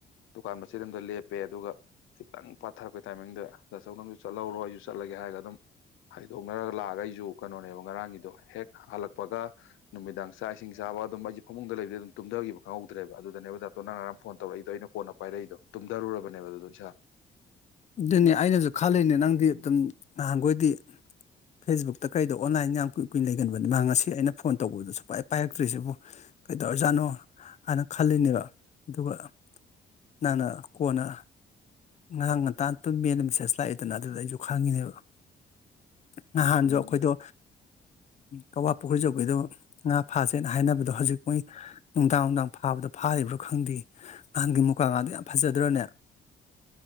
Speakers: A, on the left; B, on the left.
A: ꯗꯨꯀꯥꯟ ꯃꯆꯦꯗ ꯑꯃꯝꯗ ꯂꯦꯞꯄꯦ ꯑꯗꯨꯒ ꯈꯤꯇꯪ ꯄꯥꯊꯛꯄ ꯇꯥꯏꯃꯤꯡꯗ ꯗꯥ ꯆꯧ ꯅꯝꯁꯨ ꯆꯠꯍꯧꯔꯣꯏ ꯑꯩ ꯆꯠꯂꯒꯦ ꯍꯥꯏꯔꯒ ꯑꯗꯨꯝ ꯍꯥꯏꯗꯣꯛꯅꯔꯒ ꯂꯥꯛꯑꯒ ꯑꯩꯁꯨ ꯀꯩꯅꯣꯅꯦꯕ ꯉꯔꯥꯡꯒꯤꯗꯣ ꯍꯦꯛ ꯍꯜꯂꯛꯄꯒ ꯅꯨꯃꯤꯗꯥꯡ ꯆꯥꯛ ꯏꯁꯤꯡ ꯆꯥꯕ ꯑꯗꯨꯝ ꯑꯩꯁ ꯐꯃꯨꯡꯗ ꯂꯩꯕꯗ ꯑꯗꯨꯝ ꯇꯨꯝꯊꯈꯤꯕ ꯈꯪꯍꯧꯗ꯭ꯔꯦꯕ ꯑꯗꯨꯗꯅꯦꯕ ꯗꯥꯛꯇꯣ ꯅꯪ ꯉꯔꯥꯡ ꯐꯣꯟ ꯇꯧꯔꯛꯏꯗꯣ ꯑꯩꯅ ꯀꯣꯟꯅ ꯄꯥꯏꯔꯛꯏꯗꯣ ꯇꯨꯝꯊꯔꯨꯔꯕꯅꯦꯕ ꯑꯗꯨꯗꯣ ꯏꯁꯥ
B: ꯑꯗꯨꯅꯦ ꯑꯩꯅꯁꯨ ꯈꯜꯂꯤꯅꯦ ꯅꯪꯗꯤ ꯑꯗꯨꯝ ꯅꯍꯥꯟꯈꯣꯏꯗꯤ ꯐꯦꯁꯕꯨꯛꯇ ꯀꯩꯗꯣ ꯑꯣꯟꯂꯥꯏꯟ ꯌꯥꯝ ꯀꯨꯏ ꯀꯨꯏ ꯂꯩꯒꯟꯕꯅꯤ ꯃꯍꯥꯛ ꯉꯁꯤ ꯑꯩꯅ ꯐꯣꯟ ꯇꯧꯕꯗ ꯁꯨꯄꯥꯏ ꯄꯥꯏꯔꯛꯇ꯭ꯔꯤꯁꯤꯕꯨ ꯀꯩꯗꯧꯔꯖꯥꯠꯅꯣ ꯍꯥꯏꯅ ꯈꯜꯂꯤꯅꯦꯕ ꯑꯗꯨꯒ ꯅꯪꯅ ꯀꯣꯟꯅ ꯉꯍꯥꯡ ꯉꯇꯇꯝ ꯃꯦꯜꯗ ꯃꯦꯁꯦꯖ ꯂꯥꯛꯑꯦꯗꯅ ꯑꯗꯨꯗ ꯑꯩꯁꯨ ꯈꯪꯉꯤꯅꯦꯕ ꯅꯍꯥꯟꯁꯨ
A: ꯎꯝ
B: ꯑꯩꯈꯣꯏꯗꯣ ꯀꯋꯥ ꯄꯨꯈ꯭ꯔꯤꯁꯨ ꯑꯩꯈꯣꯏꯗꯣ ꯉꯥ ꯐꯥꯥꯁꯦꯅ ꯍꯥꯏꯅꯕꯗꯣ ꯍꯧꯖꯤꯛ ꯃꯣꯏ ꯅꯨꯡꯗꯥꯡ ꯅꯨꯡꯗꯥꯡ ꯐꯥꯕꯗꯣ ꯐꯥꯔꯤꯕ꯭ꯔꯥ ꯈꯪꯗꯦ ꯅꯍꯥꯟꯒꯤ ꯃꯨꯀꯥ ꯉꯥꯗꯣ ꯌꯥꯝ ꯐꯖꯗ꯭ꯔꯅꯦ